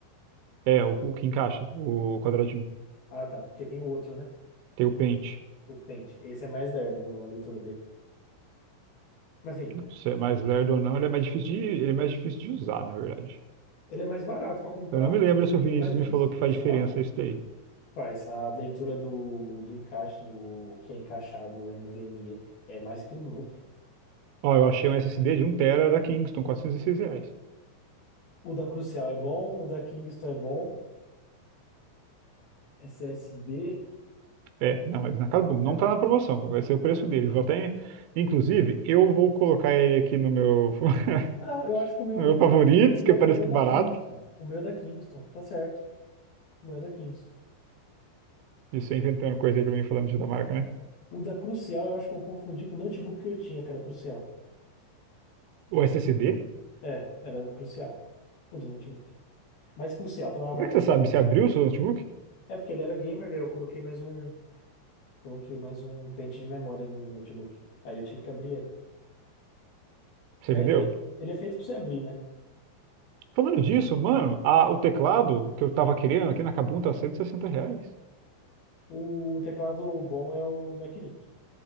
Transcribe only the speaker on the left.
Ah, tá. Porque tem o outro, né?
O Tente. Esse é mais lerdo, a leitura dele. Mas assim,
ele é mais barato pra comprar,
ele é mais difícil
de
usar.
Faz a leitura do, do encaixe, do que é encaixado, o NVMe, é mais que o dobro.
O da Crucial é bom, o da Kingston é bom, SSD.
É.
Ah, não, eu acho
que o meu,
o
meu,
o meu,
o meu
é
da Kingston. O meu é da Kingston, tá certo. O meu é da Kingston.
O da Crucial, eu acho que eu confundi com o notebook que eu tinha, que era Crucial.
É, era Crucial, o do notebook. Mas Crucial também é uma
marca
boa.
É porque ele era gamer, daí eu coloquei mais um, coloquei mais um pente de memória no notebook. Aí eu tive que abrir ele.
Mas
ele é feito, ele é feito para você abrir, né?
O teclado bom é o Macnic.